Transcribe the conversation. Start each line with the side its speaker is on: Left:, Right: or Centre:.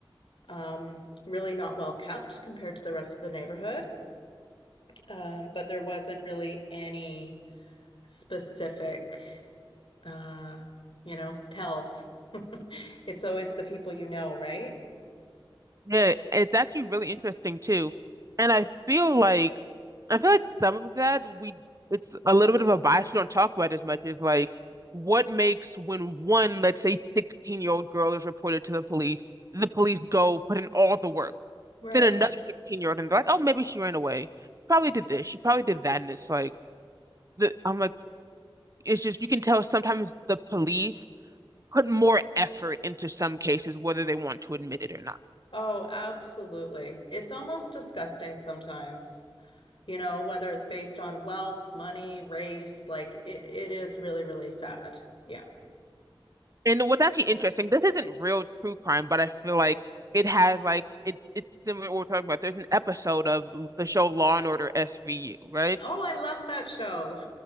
Left: um, really not well kept compared to the rest of the neighborhood. Um, but there wasn't really any specific uh, you know, tells. <laughs> It's always the people you know, right?
Right: Yeah, it's actually really interesting too. And I feel like I feel like some of that we it's a little bit of a bias we don't talk about as much is like what makes when one, let's say 16 year old girl is reported to the police, the police go put in all the work.
Left: Right.
Right: Then another 16 year old and they're like, oh, maybe she ran away. She probably did this. She probably did that. And it's like the, I'm like, it's just you can tell sometimes the police put more effort into some cases, whether they want to admit it or not.
Left: Oh, absolutely. It's almost disgusting sometimes, you know, whether it's based on wealth, money, race, like it, it is really, really sad. Yeah.
Right: And what's actually interesting, this isn't real true crime, but I feel like it has like it it's similar to what we're talking about. There's an episode of the show Law and Order SVU, right?
Left: Oh, I love that show.